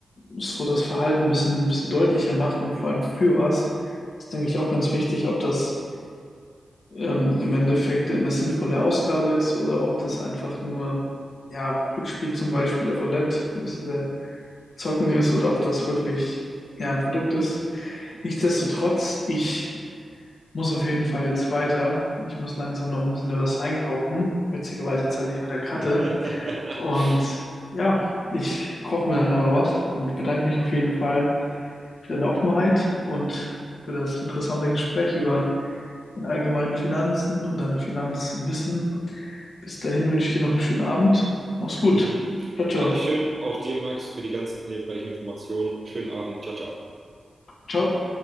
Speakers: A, on the left; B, on the right.
A: so das Verhalten ein bisschen, ein bisschen deutlicher macht und vor allem für was. Das denke ich auch ganz wichtig, ob das ähm, im Endeffekt eine sinnvolle Ausgabe ist oder ob das einfach nur, ja, Glücksspiel zum Beispiel, Roulette, ein bisschen zocken ist oder ob das wirklich, ja, ein Produkt ist. Nichtsdestotrotz, ich muss auf jeden Fall jetzt weiter. Ich muss langsam noch ein bisschen was einkaufen. Witzigerweise zahle ich mit der Karte.
B: <laughs>
A: Und ja, ich koche mir nachher noch was und bedanke mich auf jeden Fall für deine Offenheit und für das interessante Gespräch über deine allgemeinen Finanzen und dein Finanzwissen. Bis dahin wünsche ich dir noch einen schönen Abend. Mach's gut.
B: mhm.
A: Ciao, ciao.
B: Dankeschön, auch dir, Max, für die ganzen hilfreichen Informationen. Schönen Abend. Ciao, ciao.
A: Ciao.